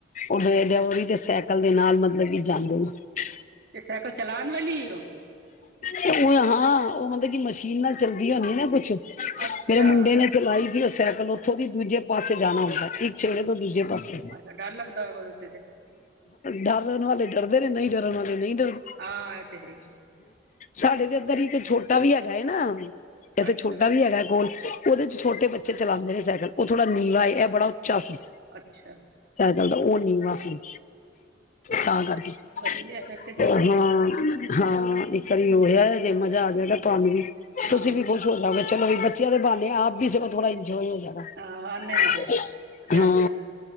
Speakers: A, on the left (about 40°); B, on the right (about 60°).
A: ਉਹ ਇਹਦਾ ਉਹ ਤੇ ਸਾਈਕਲ ਦੇ ਨਾਲ ਮਤਲਬ ਕਿ ਜਾਂਦੇ ਨੇ।
B: ਤੇ ਸਾਈਕਲ ਚਲਾਉਣ ਵਾਲੀ ਏ ਉਹ
A: ਤੇ ਉਹ ਹਾਂ ਉਹ ਮਤਲਬ ਕਿ ਮਸ਼ੀਨ ਨਾਲ ਚੱਲਦੀ ਹੋਣੀ ਨਾ ਕੁੱਛ
B: ਅੱਛਾ
A: ਮੇਰੇ ਮੁੰਡੇ ਨੇ ਚਲਾਈ ਸੀ ਉਹ ਸੈ ਪਹਿਲੇ ਉਥੋਂ ਦੀ ਦੂਜੇ ਪਾਸੇ ਜਾਣਾ ਹੁੰਦਾ ਇੱਕ ਛੇੜੇ ਤੋਂ ਦੂਜੇ ਪਾਸੇ
B: ਅੱਛਾ, ਡਰ ਲੱਗਦਾ ਹੈ ਉਹਦੇ ਤੇ
A: ਡਰਣ ਵਾਲੇ ਡਰਦੇ ਨੇ ਨਹੀਂ ਡਰਨ ਵਾਲੇ ਨਹੀਂ ਡਰਦੇ
B: ਹਾਂ ਇਹ ਤੇ ਹੈ ਹੀ।
A: ਸਾਡੇ ਤੇ ਇੱਧਰ ਹੀ ਇੱਕ ਛੋਟਾ ਵੀ ਹੈਗਾ ਨਾ। ਇੱਥੇ
B: ਅੱਛਾ
A: ਛੋਟਾ ਵੀ ਹੈਗਾ ਕੋਲ। ਉਹਦੇ ਚ ਛੋਟੇ ਬੱਚੇ ਚਲਾਉਦੇ ਨੇ ਸਾਈਕਲ ਉਹ ਥੋੜਾ ਨੀਵਾਂ ਹੈ ਇਹ ਬੜਾ ਉਚਾ ਸੀ।
B: ਅੱਛਾ
A: ਗੱਲ ਤਾਂ ਉਹ ਨੀਵਾਂ ਸੀ। ਤਾਂ ਕਰਕੇ
B: ਵਧੀਆ ਫਿਰ ਤੇ ਜਾਣਾ
A: ਹਾਂ-ਹਾਂ
B: ਚਾਹੀਦਾ
A: ਇੱਕ ਵਾਰੀ ਉਹ ਹੈ। ਜੇ ਮਜ਼ਾ ਆ ਜਾਏਗਾ ਤੁਹਾਨੂ ਵੀ।
B: ਹਾਂ
A: ਤੁਸੀਂ ਵੀ ਖੁਸ਼ ਹੋ ਜਾਔਗੇ, ਚਲੋ ਵੀ ਬ ਦੇ ਇਹਦੇ ਬਹਾਨੇ ਆਪ ਵੀੋ ਸਗੋਂ ਥੋੜਾ ਜੋ ਇਓ ਜਗ੍ਹਾ ਹਾਂ।
B: ਹਾਂ ਆਉਂਦੇ ਫਿਰ ਜਾਂਦੇ ਹਾਂ